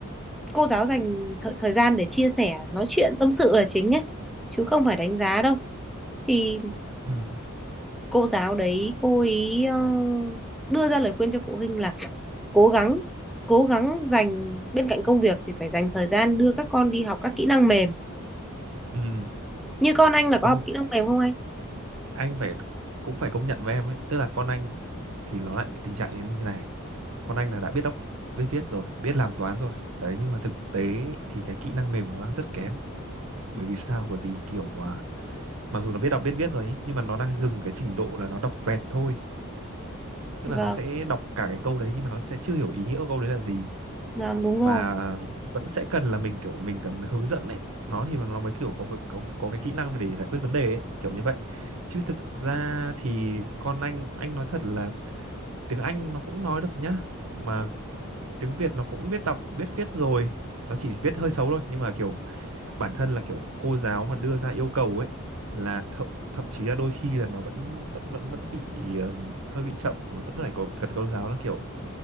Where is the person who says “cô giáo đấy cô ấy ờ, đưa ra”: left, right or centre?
Centre